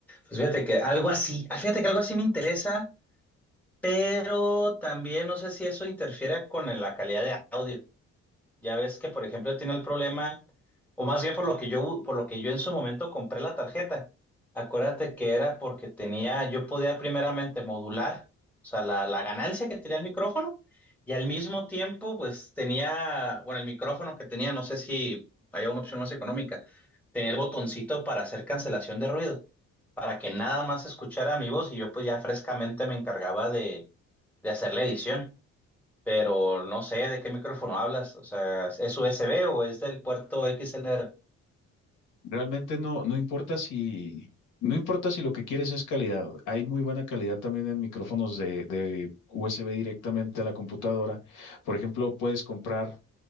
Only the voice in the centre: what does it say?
pues fíjate que algo así, ah, fíjate que algo así me interesa, pero también no sé si eso interfiere con la calidad de audio. Ya ves que, por ejemplo, tiene el problema, o más bien por lo que yo, por lo que yo en su momento compré la tarjeta. Acuérdate que era porque tenía, yo podía primeramente modular, o sea, la, la ganancia que tenía el micrófono, y al mismo tiempo, pues tenía, bueno, el micrófono que tenía, no sé si había una opción más económica, tenía el botoncito para hacer cancelación de ruido, para que nada más escuchara mi voz y yo pues ya frescamente me encargaba de, de hacer la edición pero no sé de qué micrófono hablas. O sea, ¿es USB o es del puerto XLR?